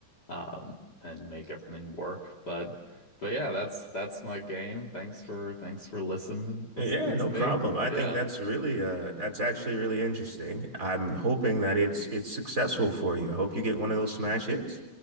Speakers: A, on the left; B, on the right.
A: um, and make everything work. But but yeah, that's that's my game. Thanks for thanks for listening <laughs> listening
B: Uh, Yeah, no
A: to me.
B: problem. I think
A: Yeah.
B: that's
A: <laughs>
B: really uh that's actually really interesting. I'm hoping that it's it's successful for you. I hope you get one of those smash hits.